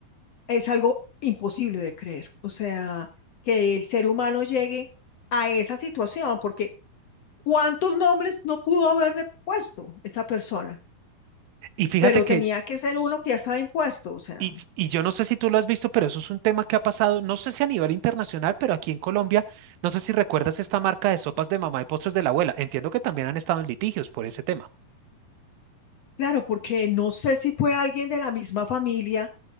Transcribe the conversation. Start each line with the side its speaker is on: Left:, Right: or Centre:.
Left: es algo imposible de creer. O sea, que el ser humano llegue a esa situación, porque ¿cuántos nombres no pudo haberle puesto esa persona?
Right: y fíjate
Left: Pero
Right: que,
Left: tenía
Right: yo-
Left: que ser
Right: s-
Left: uno que ya estaba impuesto. O sea,
Right: y, y yo no sé si tú lo has visto, pero eso es un tema que ha pasado, no sé si a nivel internacional, pero aquí en Colombia, no sé si recuerdas esta marca de sopas de mamá y postres de la abuela. Entiendo que también han estado en litigios por ese tema.
Left: claro, porque no sé si fue alguien de la misma familia